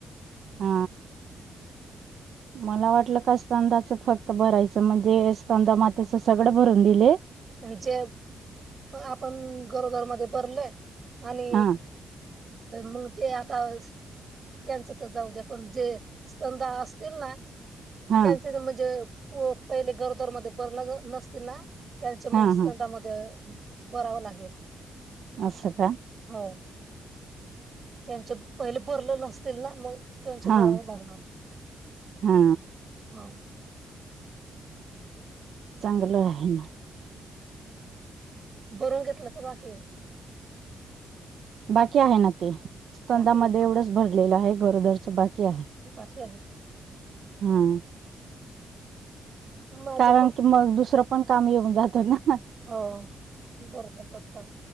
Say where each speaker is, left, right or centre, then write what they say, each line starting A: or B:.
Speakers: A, on the right (about 65°); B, on the right (about 35°).
A: हा मला वाटलं का स्तन दाच फक्त भरायचं म्हणजे स्तन दा मातेच सगळं भरून दिले.
B: म्ह जे आपण गरोदरा मध्ये भरले. आले
A: हा
B: म ते आता त्यांचं तर जाऊ द्या पण जे स्तनदा असतील ना.
A: हा
B: त्यांचं तर म्हणजे. हो पहिले गरदर मध्ये भरला नसते ना. त्यांच मग
A: हा
B: स्तनदा
A: हा
B: त्यामध्ये बरावं लागेल.
A: असं का?
B: हो त्यांचे पहिले भरलं नसतील ना मग. त्यांच
A: हा
B: बराव लागणार
A: हा
B: हा.
A: चांगलं आहे ना.
B: बरून घेतलं का बाकी?
A: का आहे ना? स्तनदा
B: बाकी
A: मध्ये
B: आहे.
A: एवढंच भरलेलं आहे गरोदरच बाकी आहे.
B: बाकी आहे का
A: हा.
B: माझं
A: कारण
B: पण
A: कि मग दुसरं पण काम येऊन जात ना
B: हो बरोबर बरोबर